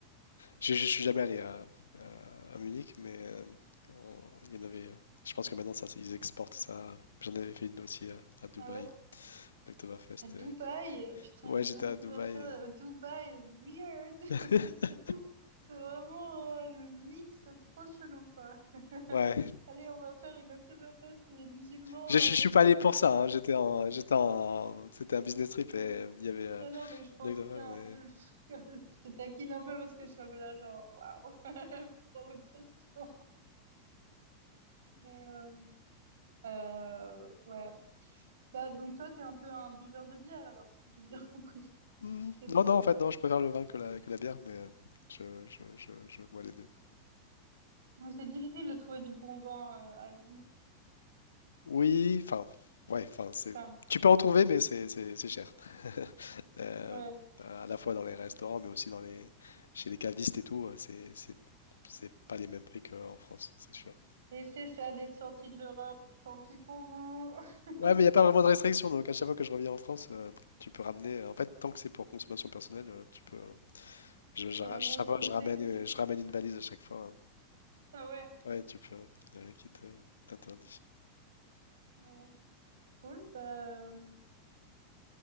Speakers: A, on the left; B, on the right.
A: je je suis jamais allé à à à Munich, mais, hem, on il y en avait, heu, je pense que maintenant ça ils exportent ça. J'en avais fait une aussi à à Dubaï,
B: Ah ouais?
A: l'Oktoberfest
B: À Dubaï?
A: et
B: Putain,
A: ouais,
B: une
A: j'étais
B: Oktoberfest
A: à Dubaï
B: à
A: et
B: Dubaï, weird!
A: <laughs>
B: <laughs> C'est vraiment euh, le mix trop chelou, quoi. <laughs>
A: ouais.
B: Allez, on va faire une Oktoberfest et les musulmans,
A: Je,
B: là,
A: je, je
B: vas-y.
A: suis pas allé pour ça. hein. J'étais en, j'étais en,
B: <laughs>
A: c'était un business trip et
B: Non,
A: il y avait euh,
B: non, non, mais je pense
A: une anecdote,
B: bien.
A: mais-
B: Je, je rigole. Je te taquine un peu parce que je suis un peu là, genre, waouh, <laughs> provocation. Mais, euh, euh, ouais. Bah, donc, toi, t'es un peu un buveur de bière, alors, si j'ai bien <laughs> compris.
A: Hmm,
B: T'aimes
A: Non,
B: bien
A: non, en
B: ça.
A: fait, non, je préfère le vin que la, que la bière, mais euh, je, je, je, je bois les deux.
B: Ouais, C'est difficile de trouver du bon vin euh, à Londres.
A: Oui, enfin, ouais, enfin, c'est,
B: Enfin,
A: tu peux en trouver, mais c'est, c'est, c'est cher. <laughs>
B: ouais.
A: Euh, à la fois dans les restaurants, mais aussi dans les, chez les cavistes et tout, euh, c'est, c'est, c'est pas les mêmes prix qu'en France, c'est sûr.
B: Et c'est ça d'être sorti de l'Europe. Tant pis pour vous. <laughs>
A: Ouais, mais il n'y a pas vraiment de restriction, donc à chaque fois que je reviens en France, euh, tu peux ramener, en fait, tant que c'est pour consommation personnelle, euh, tu peux. Je,
B: Tu
A: je
B: peux
A: ra-
B: ramener
A: chaque
B: autant
A: fois,
B: de
A: je
B: bouteilles
A: ramène,
B: que tu
A: euh,
B: veux.
A: je ramène une valise à chaque fois. hein.
B: Ah ouais.
A: Ouais, tu peux. Il n'y a rien qui te- t'interdit.
B: Ah ouais. Cool. Bah, euh,